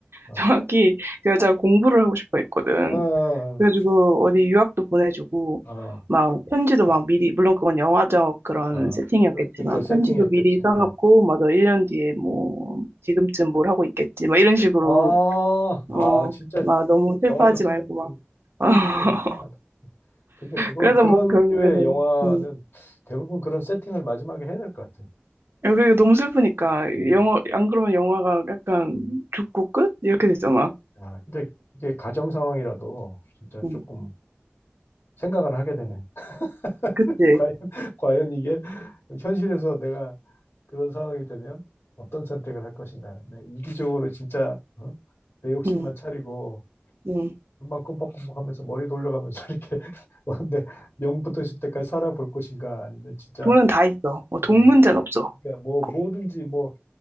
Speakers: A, on the left (about 80°); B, on the right (about 75°).
A: 어,
B: <laughs> 정확히 그 여자가 공부를 하고 싶어 했거든.
A: 어,
B: 그래가지고, 어디 유학도 보내주고,
A: 어, 어,
B: 막, 편지도 막 미리, 물론 그건 영화적 그런
A: 어.
B: 세팅이었겠지만,
A: 그러니까 세팅이었겠지
B: 편지도 미리 써놓고,
A: 예.
B: 맞아, 1년 뒤에 뭐, 지금쯤 뭘 하고 있겠지, 막 이런 식으로,
A: 아,
B: 어,
A: 아 진짜
B: 막 너무 슬퍼하지
A: 영화적 상상력이
B: 말고, 막. <laughs>
A: 상상력이 뛰어나다 근데 그거
B: 그래서
A: 그런
B: 뭐, 결국에는,
A: 류의 영화는
B: 음,
A: 대부분 그런 세팅을 마지막에 해야 될 것 같아
B: 여기 너무 슬프니까
A: 음,
B: 영화 안 그러면 영화가 약간
A: 음.
B: 죽고 끝 이렇게 되잖아.
A: 야, 근데 이게 가정 상황이라도 진짜
B: 응,
A: 조금 생각을 하게 되네.
B: 그치?
A: <laughs> 과연, 과연 이게 현실에서 내가 그런 상황이 되면 어떤 선택을 할 것인가. 네, 이기적으로 진짜 어? 내 욕심만
B: 응,
A: 차리고
B: 응.
A: 눈만 끔뻑끔뻑 하면서 머리 돌려가면서 <laughs> 이렇게 어, 내 명부터 있을 때까지 살아볼 것인가 아니면 진짜
B: 돈은 다 있어. 어, 돈
A: 어,
B: 문제는 없어.
A: 그러니까 뭐
B: 거-
A: 뭐든지 뭐